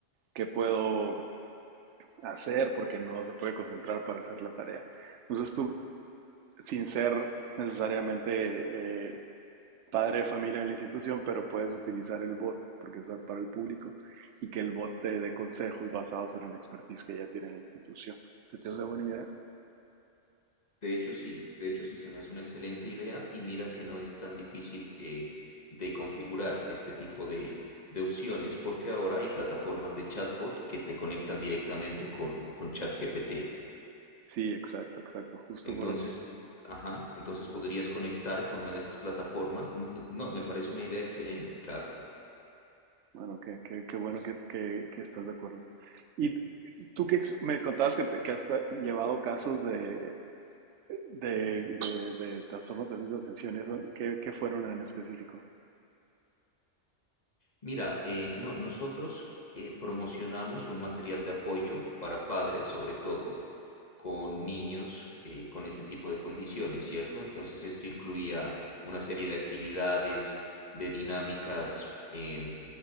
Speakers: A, on the right; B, on the left.
A: ¿qué puedo hacer porque no se puede concentrar para hacer la tarea? Entonces tú, sin ser necesariamente eh, padre de familia de la institución, pero puedes utilizar el bot porque es para el público y que el bot te dé consejos basados en la expertise que ya tiene la institución. ¿Se te hace buena idea?
B: De hecho, sí, de hecho, sí se me hace una excelente idea y mira que no es tan difícil eh, de configurar este tipo de, de opciones porque ahora hay plataformas de chatbot que te conectan directamente con, con ChatGPT.
A: Sí, exacto, exacto. Justo
B: Entonces,
A: por,
B: ajá, entonces podrías conectar con una de estas plataformas. N- No, me parece una idea excelente, claro.
A: bueno, qué, qué, qué bueno que, que, que estás de acuerdo. Y tú que ex- me contabas que, te- que has tra- llevado casos de, de, de, de trastornos de déficit de atención, y eso, ¿qué, qué fueron en específico?
B: Mira, eh, no, nosotros eh, promocionamos un material de apoyo para padres, sobre todo con niños eh, con este tipo de condiciones, ¿cierto? Entonces esto incluía una serie de actividades, de dinámicas. em,